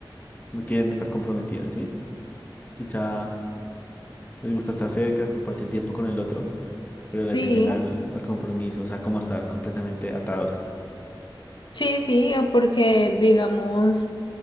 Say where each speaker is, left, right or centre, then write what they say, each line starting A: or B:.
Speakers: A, on the left (about 20°); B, on the left (about 60°).
A: no quieren estar comprometidas, ¿sí? Quizá les gusta estar cerca, compartir tiempo con el otro, pero le
B: Sí,
A: temen al, al compromiso, o sea, como a estar completamente atados.
B: sí, sí, o porque digamos,